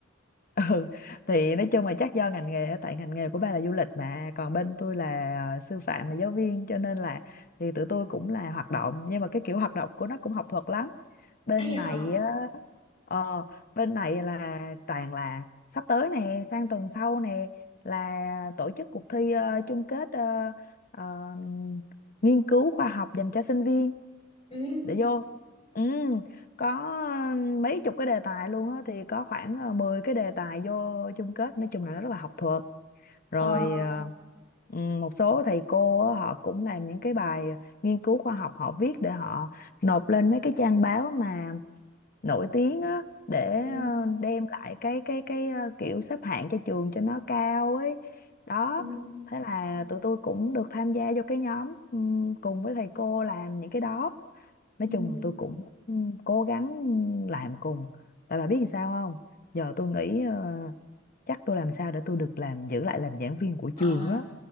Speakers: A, on the left; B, on the left.
A: <laughs> ừ thì nói chung là chắc do ngành nghề á, tại ngành nghề của ba là du lịch mà còn bên tôi là ờ, sư phạm là giáo viên cho nên là thì tụi tôi cũng là hoạt động nhưng mà cái kiểu hoạt động của nó cũng học thuật lắm bên
B: ấy giờ
A: này á ờ, bên này là toàn là sắp tới nè sang tuần sau nè là tổ chức cuộc thi ờ, chung kết ờ, ờ, nghiên cứu khoa học dành cho sinh viên
B: ừ
A: để vô ừ, có ờ, mấy chục cái đề tài luôn á thì có khoảng ờ, 10 cái đề tài vô chung kết nói chung là nó rất là học thuật rồi
B: Ờ.
A: ờ, ừ, một số thầy cô á, họ cũng làm những cái bài nghiên cứu khoa học họ viết để họ nộp lên mấy cái trang báo mà nổi tiếng á để
B: ừ
A: ờ, đem lại cái cái cái ờ, kiểu xếp hạng cho trường cho nó cao ấy đó
B: ừ
A: thế là tụi tôi cũng được tham gia vô cái nhóm ừ, cùng với thầy cô làm những cái đó nói
B: ừ
A: chung tôi cũng cố gắng làm cùng tại bà biết làm sao không giờ tôi nghĩ ờ, chắc tôi làm sao để tôi được làm giữ lại làm giảng viên của
B: À,
A: trường á